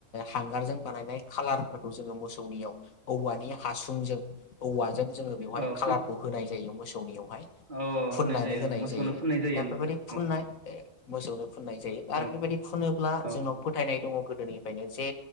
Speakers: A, on the left (about 80°); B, on the right (about 35°).
A: हांगारजों बानायनाय खालारफोरखौ जोङो मोसौनियाव औवानि हासुंजों औवाजों जोङो बेवहाय
B: औ
A: खालारखौ
B: फोन
A: होनाय जायो मोसौनियावहाय
B: औ
A: फुननानै होनाय
B: मोसौनो
A: जायो
B: फोननाय
A: दा
B: होमबा
A: बेबायदि फुननाय
B: औ
A: मोसौनो फुननाय जायो आरो
B: औ
A: बेबायदि खुनो
B: औ
A: जोंनाव फथायनाय दङ गोदोनिफ्रायनो जे